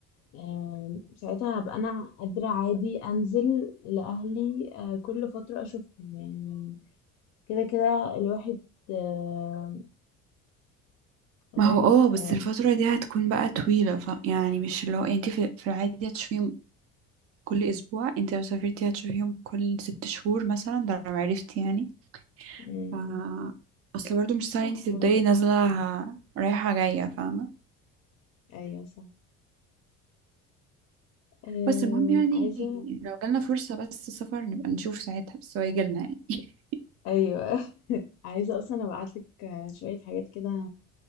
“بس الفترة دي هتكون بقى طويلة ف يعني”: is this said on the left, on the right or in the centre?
Right